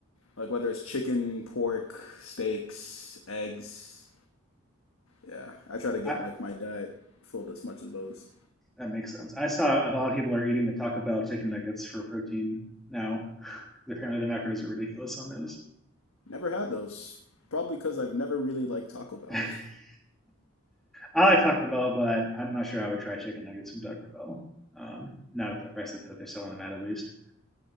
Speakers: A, on the left; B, in the centre.
A: like whether it's chicken, pork, steaks, eggs. Yeah, I try to get
B: I,
A: like my diet filled as much of those.
B: that makes sense. I saw a lot of people are eating the Taco Bell chicken nuggets for protein now. Apparently, the macros are ridiculous on those.
A: Never had those, probably because I've never really liked Taco Bell.
B: <laughs>
A: <laughs>
B: I like Taco Bell, but I'm not sure I would try chicken nuggets from Taco Bell. Um, not at the price that they're selling them at, at least.